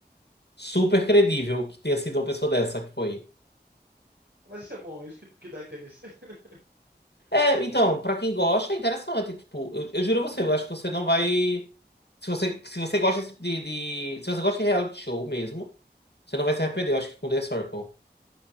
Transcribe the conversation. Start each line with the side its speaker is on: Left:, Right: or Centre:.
Left: super credível que tenha sido uma pessoa dessa que foi.
Right: Mas isso é bom, é isso que, que dá interesse. <laughs>
Left: É, então, pra quem gosta, é interessante, tipo, eu, eu juro a você, eu acho que você não vai... Se você, se você gosta desse tipo de, de- Se você gosta de reality show mesmo, Você não vai se
Right: Aham.
Left: arrepender, eu acho que com The Circle.